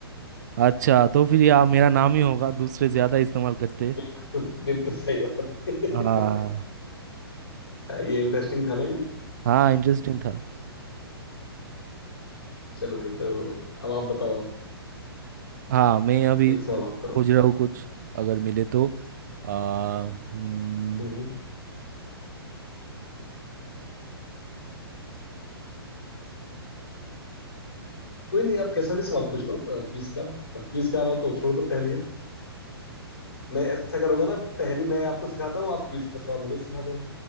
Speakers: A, on the right; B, on the left.
A: अच्छा तो फिर ये आप- मेरा नाम ही होगा दूसरे ज्यादा इस्तेमाल करते हैं।
B: बिल्कुल बिल्कुल सही बात है
A: हाँ
B: <laughs> हाँ, ये इंटरेस्टिंग था ना ये
A: हाँ इंटरेस्टिंग था
B: <laughs> चलो भाई तो अब आप बताओ आप
A: हाँ मैं अभी
B: एक सवाल
A: अ,
B: आप करो
A: खोज रहा हूँ कुछ अगर मिले तो आ, हम्म,
B: हम्म कोई नहीं आप कैसा भी सवाल पूछ लो क्विज का क्विज का आ रहा तो छोड़ दो पहले मैं ऐसा करूंगा ना पहली मैं आपको सिखाता हूँ आप क्विज का सवाल मुझे सिखा दो